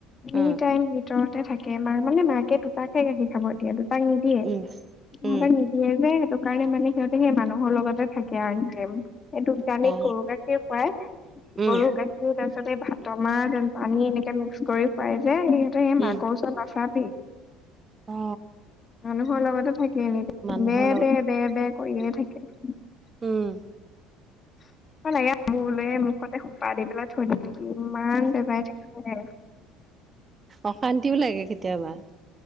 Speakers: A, on the left; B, on the right.
A: এনি
B: উম
A: টাইম ভিতৰত তে থাকে মাৰ মানে মাকে দুতাক খে গাখী খাব এতিয়া দু তাক নিদিয়ে সিহঁততে
B: উম উম
A: নিদিয়ে যে সেইটো সকাৰণে মানে সিহঁতে সেই মানুহৰ লগতে থাকে আৰু। এইটোক কানিত
B: অ
A: গৰু গাখীৰ খুৱায়
B: উম
A: গৰু গাখীৰ তাৰপিছতে ভাত মাহ যেন পানী এনেকে মিক্স কৰি খুৱাই যে সিহঁতে সেই মাকৰ
B: উম
A: উচৰ নাচাবি।
B: অ।
A: মানুহৰ লগতো থাকে এনি টাইম
B: মানুহৰ
A: বেৰ বেৰ বেৰ বেৰ কৰিয়ে থাকে। কে। <unintelligible>
B: হম।
A: <unintelligible> বোলে মুখতে সোপা দি পেলাই থৈ দিম। ইমান বেবাই থাকে।
B: অশান্তিও লাগে কেতিয়াবা।